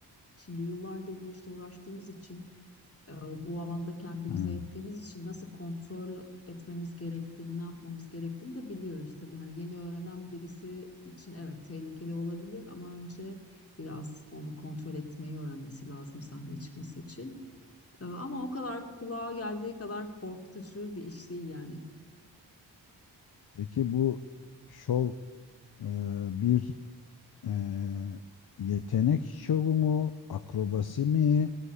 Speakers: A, on the left (about 30°); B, on the left (about 50°).
A: Şimdi yıllardır bu işte uğraştığımız için, e, bu alanda kendimize
B: ha.
A: ettiğimiz için nasıl kontrol etmemiz gerektiğini, ne yapmamız gerektiğini de biliyoruz tabii. Hani yeni öğrenen birisi için evet tehlikeli olabilir ama önce biraz onu kontrol etmeyi öğrenmesi lazım sahneye çıkması için. Ee, Ama o kadar kulağa geldiği kadar korkutucu bir iş değil yani.
B: Peki bu şov e, bir e, yetenek şovu mu? Akrobasi mi?